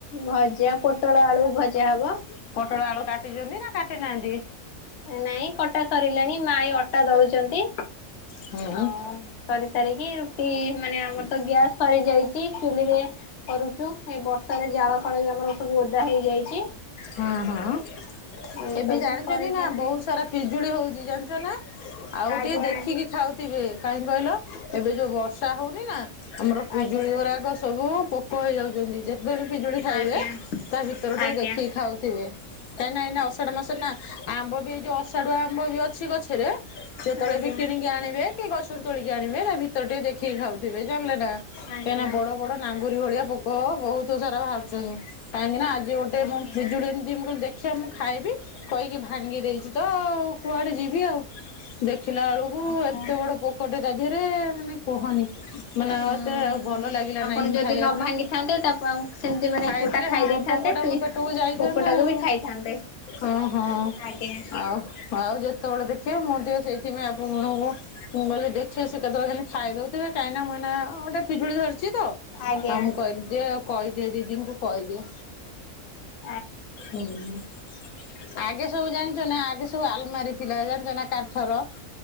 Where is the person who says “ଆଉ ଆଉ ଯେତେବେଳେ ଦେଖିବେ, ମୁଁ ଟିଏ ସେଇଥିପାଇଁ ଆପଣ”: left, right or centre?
Left